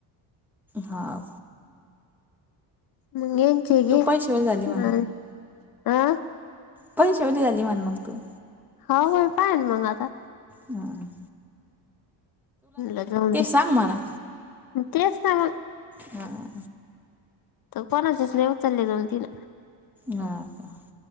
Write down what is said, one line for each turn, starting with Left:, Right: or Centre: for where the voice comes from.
Centre: हां
Left: हमेनचीचेकी
Centre: तू पैशावाली झाली म्हण
Left: ह आह
Centre: पैशावली झाली म्हण मग तू
Left: होा होय पाय ना मगाता
Centre: हम
Left: ल जाऊ दे
Centre: सांग म्हणा
Left: तेच ना
Centre: हां
Left: त कोणाचीच नाही उचलले जाऊन तीन
Centre: ह का